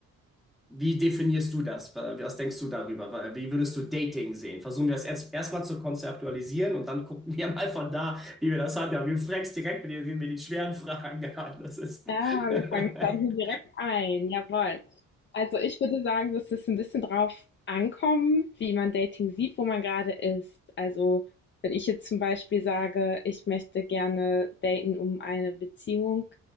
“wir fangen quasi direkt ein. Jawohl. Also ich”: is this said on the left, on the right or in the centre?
Left